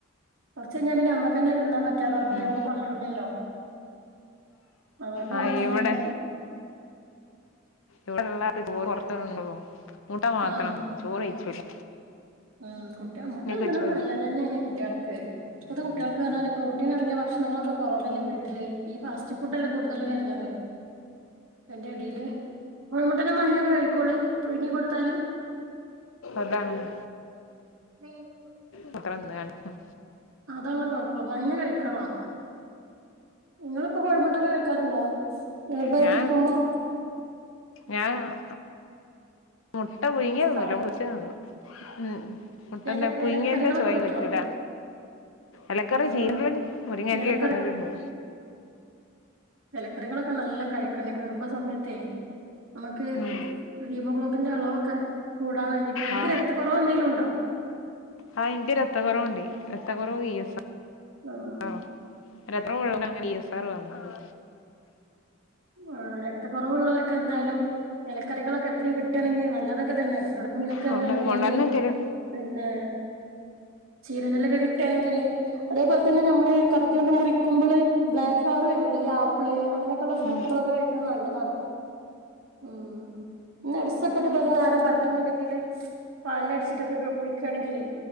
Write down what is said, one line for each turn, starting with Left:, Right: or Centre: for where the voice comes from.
Right: കുറച്ച കഴിഞ്ഞാ പിന്നെ നമ്മക്ക്ന്നെ തിന്നാൻ പറ്റ പറ്റാതെ ആവുമ്പോ
Left: ഉം
Right: നമ്മൾ കൊണ്ടരുലല്ലോ. അതൊണ്ട് പിന്നെ
Left: ആഹ്
Right: ഞാന
Left: ഇവിടെ
Right: അ ങ്ങനെ
Left: ഇവിടെള്ളാരുംചോറ് കൊറച്ച്നുള്ളൂ കൂട്ടാ മാത്രംന്നുറചോറ്ഴിച്ചുല്ല.
Right: ആഹ് ഉം കുട്ടി അമുട്ട തിന്ന
Left: വെച്ചോളും
Right: നല്ലതന്നെയാണ് കുട്ടികൾക്ക്. ഇപ്പത്തെ കുട്ടികൾക്ക് പറഞ്ഞാല് പ്രോട്ടീൻ അടങ്ങിയ ഭക്ഷണങ്ങളൊക്കെ കുറവല്ലേ വീട്ടില് ഈ ഫാസ്റ്റ് ഫുഡ് അല്ലേ കൂടുതൽ വരുന്നത്. <unintelligible> എന്റെറെ ഇടയില് കോഴിമുട്ടന്റെ മഞ്ഞക്കെ കഴിക്കോള് പുഴുങ്ങി കൊടുത്താല്.
Left: അതാണ്
Right: <unintelligible>
Left: മാത്രം തിന്നാണ്
Right: അതാള്ള കൊഴപ്പം മഞ്ഞ കഴിക്കണം. നിങ്ങൾപ്പോ കോഴിമുട്ടൊക്കെ കഴിക്കാറുണ്ടോ ഗർഭയട്ടിരിക്കുമ്പോ?
Left: ഞാൻ ഞാൻ ആ മുട്ട പുഴുങ്ങിയ തിന്നുല്ല.
Right: ആ
Left: ബുൾസയ് തിന്നും. ഉം മുട്ടന്റെ
Right: എല
Left: പുഴങ്ങേന്റെ
Right: എലക്കറികളൊക്കെ
Left: ചോയ്
Right: പറ്റുവോ
Left: പറ്റൂല. ഏലക്കറി,
Right: ആഹ്
Left: ചീരന്റലിം മുരിങ്ങാറ്റലൊക്കെ,
Right: എലക്കറി
Left: തിന്നലുണ്ട്.
Right: ഇലക്കറികളൊക്കെ നല്ല കഴിക്കണം ഗർഭ സമയത്തേ!. നമ്മക്ക്
Left: ഉം
Right: ഹീമോഗ്ലോബിന്റെ അളവൊക്കെ കൂടാൻ വേണ്ടിട്ട്. ങ്ങക്ക്
Left: ആ
Right: രക്തക്കുറവ് എന്തെങ്കിലും ഉണ്ടോ. <inaudible>
Left: അ ഇന്ക്ക് രക്തകുറവുണ്ട് രത്ത കുറവ് വി എസാ
Right: ആഹ്
Left: ഒ എത്ര ളിൽ അങ്ങനെ ഇ എസ് ആർ വന്നത്.
Right: <inaudible> ആ രക്തക്കുറവ്ള്ളവർക്ക്, എന്തായാലും. ഇലക്കറികളൊക്കെ എത്രയും കിട്ടണമെങ്കിൽ നല്ലതൊക്കെ തന്നെയാണ്. എവിടെണെങ്കിലൊക്കെ
Left: കൊണ്ടത്
Right: മുരിങ്ങയിലും
Left: കൊണ്ടുവന്നേക്കല്
Right: പിന്നെ ചീരന്റെല്ലൊക്കെ കിട്ടണെങ്കില്. അതേപോലെ തന്നെ നമ്മള് കത്തികൊണ്ട് മുറിക്കുമ്പോള് ബ്ലാക്ക് കളർ വരൂല്ലേ ഈ ആപ്പിള് അങ്ങനെയൊക്കെയുള്ള ഫ്രൂട്ടുകളൊക്കെ
Left: ഉം
Right: കഴിക്കുന്നത് നല്ലതാണ്. ഉം ഇ നെട്സൊക്കെ ഇട്ടിട്ട് ഒരു നേരം പറ്റുന്നുണ്ടെങ്കില് പാലിലടിച്ചിട്ടൊക്കെ കുടിക്കയാണെങ്കിലേ